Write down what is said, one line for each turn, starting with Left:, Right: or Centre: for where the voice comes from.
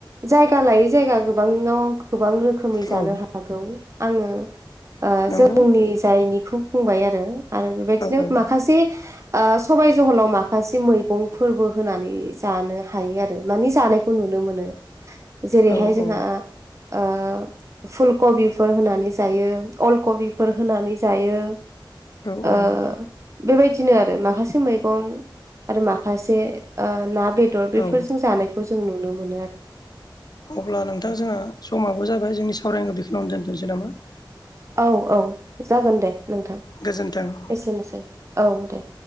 Right: जायगा लायै जायगा गोबाङाव गोबां रोखोमै जानो
Left: औ
Right: हागौ आङो ओ
Left: नंगौ
Right: जोंनि जायनिखौ बुंबाय आरो आरो बेबायदिनो
Left: औ औ
Right: माखासे सबाय जहलाव माखासे मैगंफोरबो होनानै जानो हायो आरो मानि जानायखौ नुनो नुनो मोनो जेरैहाय
Left: औ
Right: जोंहा
Left: औ
Right: ओ फुल कबिफोर होनानै जायो अल कबिफोर होनानै जायो
Left: औ
Right: ओ
Left: औ
Right: बेबायदि नो आरो माखासे मैगं आरो माखासे ओ ना बेदर बेफोरजों
Left: औ
Right: जानायखौ जों नुनो मोनो आरो
Left: अब्ला नोंथां जोंहा समाबो जाबाय जोंनि सावरायनां बेखौनो दोनथ'नोसै नामा
Right: औ - औ जागोन दे नोंथां
Left: गोजोन्थों
Right: एसेनोसै औ दे